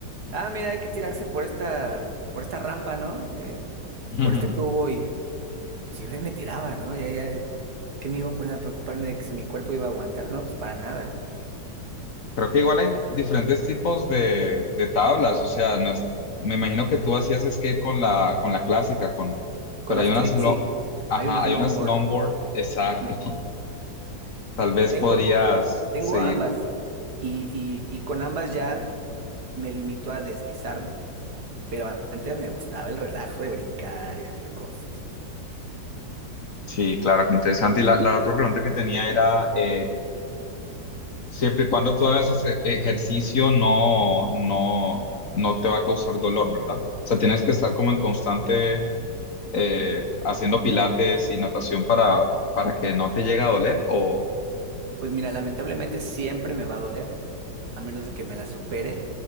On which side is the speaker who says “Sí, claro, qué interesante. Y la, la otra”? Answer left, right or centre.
Left